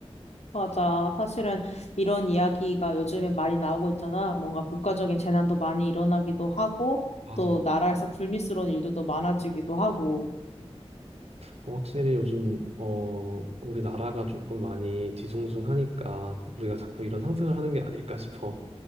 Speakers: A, on the left (about 80°); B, on the right (about 70°).
A: 맞아. 사실은 이런 이야기가 요즘에 많이 나오고 있잖아. 뭔가 국가적인 재난도 많이 일어나기도 하고
B: 맞아.
A: 또 나라에서 불미스러운 일들도 많아지기도 하고.
B: 어, 확실히 요즘 어 우리나라가 조금 많이 뒤숭숭하니까 우리가 자꾸 이런 상상을 하는 게 아닐까 싶어.